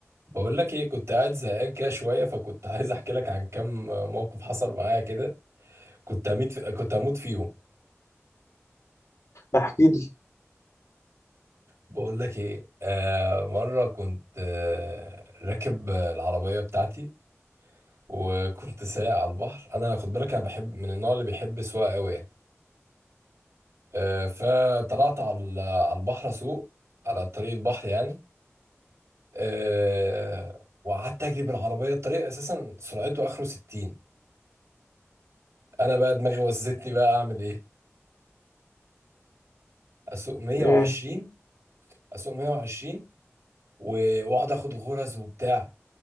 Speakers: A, on the right; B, on the left.
A: بقول لك ايه كنت قاعد زهقان كده شويه فكنت عايز احكي لك عن كام موقف حصل معايا كده كنت هموت في... كنت هموت فيهم
B: احكي لي
A: بقول لك ايه آه مره كنت آه راكب العربيه بتاعتي وكنت سايق على البحر انا خد بالك انا بحب من النوع اللي بيحب السواقه قوي يعني آه فطلعت على على البحر اسوق على طريق البحر يعني آه وقعدت اجري بالعربيه الطريق اساسا سرعته اخره 60 انا بقى دماغي وزتني بقى اعمل ايه اسوق 120
B: ايه
A: اسوق 120 و- واقعد اخد غرز وبتاع